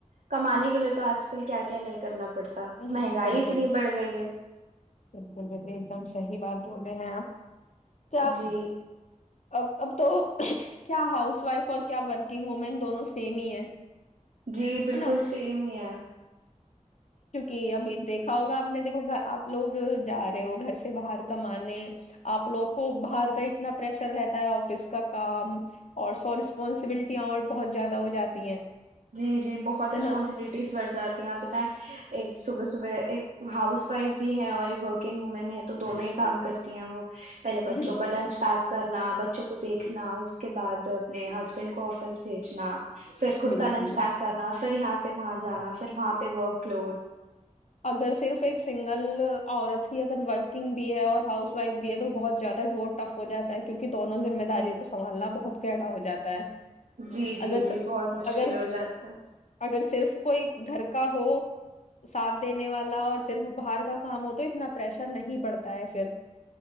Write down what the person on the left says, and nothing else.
بالکل
بالکل
بالکل، ایک دم صحیح بات بول رہے ہیں آپ کیا اب
اب اب تو کیا ہاؤس وائف اور کیا ورکنگ وومین دونوں سیم ہی ہے
ہے
چکہ ابھی دیکھا ہوگا آپ نے دیکھو گ آپ لوگ جا رہے ہو گھر سے باہر کمانے آپ لوگ کو باہر کا اتنا پریشر رہتا ہے آفس کا کام اور سو رسپانسبلٹیاں اور بہت زیادہ ہو جاتی ہیں
ہے نا
بالکل
بالکل
بالکل
اگر صرف ایک سنگل اورت ہی اگر ورکنگ بھی ہے اور ہاؤس بائف بھی ہے تو بہت زیادہ اور ٹف ہو جات ہے کیونکہ دونوں زمیداراؤ کو سمبھالنا بہت کیڑا ہو جاتا ہے
اگر
اگر
اگر صرف کوئی گھر کا ہو ساتھ دینے والا اور صرف باہر کا کام ہو تو اتنا پریشر نہیں پڑتا ہے پھر